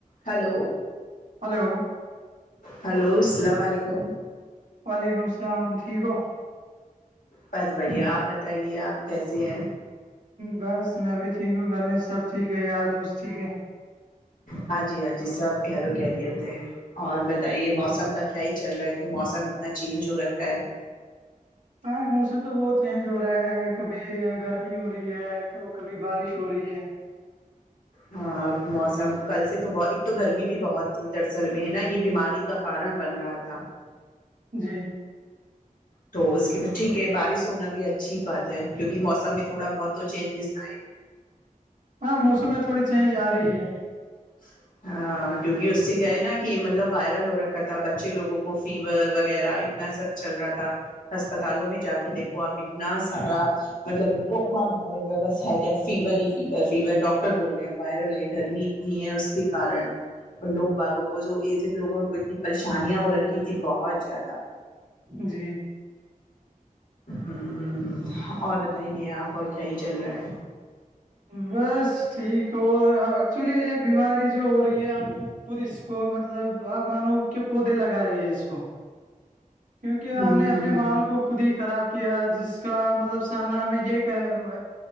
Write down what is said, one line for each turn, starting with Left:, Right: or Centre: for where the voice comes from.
Left: hello
Right: hello
Left: hello اسلام علیکم
Right: وعلیکم اسلام ٹھیک ہو
Left: بس بڑھیا آپ بتائیے آپ کیسے ہیں
Right: بس میں یھی ٹھیک ہوں گھر میں سب ٹھیک ہے یار دوست ٹھیک ہے
Left: ہاں جی ہاں جی سب کھیر و کھیریت ہے اور بتائیے موسم کا کیا ہی چل رہا ہے تو موسم اتنا چینج ہو رکھا ہے
Right: ہاں موسم تو بہت چینج ہو رہا ہے اگر کبھی گرمی ہو رہی ہے تو کبھی بارش ہو رہی ہے
Left: ہاں موسم کل سے تو ب ایک تو گرمی بھی بہت تھی دراصل میں ہے نا یہ بیماری کا کارن بن رہا تھا
Right: جی
Left: تو اس کی بھی ٹھیک ہے بارش ہونا بھی اچھی بات کیونکہ موسم میں تھوڑا بہت تو چینجیز آئے
Right: ہاں موسم میں تھوڑی چینج آ رہی ہے
Left: <inaudible> ہاں کیونکہ اس سے کیا ہے نا مطلب وائرل ہو رکھا تھا بچے لوگوں کو فیور وغیرہ اتنا سب چل رہا تھا اسسپتالوں میں جا کے دیکھو آپ اتنا سارا مطلب وہ بگ بھرے بس ہے کیا فیور ہی فیور فیور ڈاکٹر بول رہے ہیں وائرل ہے گرمی نی ہے اس کی کارن اور لوگ باغوں کو جو ایجڈ لوگوں کو اتنی پریشانیاں ہو رکھی تھی بہت زیادہ
Right: جی
Left: ہوں اور بتائیے آپ اور کیا ہی چل رہا ہے
Right: بس ٹھیک ہو ایکچولی یہ بیماری جو ہو رہی ہے ہم لوگ خود اس کو مطلب آپ مانو کہ پودے لگا رہے ہیں اس کو کیونکہ
Left: ہ
Right: ہم نے
Left: ہ
Right: اپنے
Left: ہ
Right: ماحول کو خود ہی خراب کیا جس کا مطلب سامنا یہ کہے ہم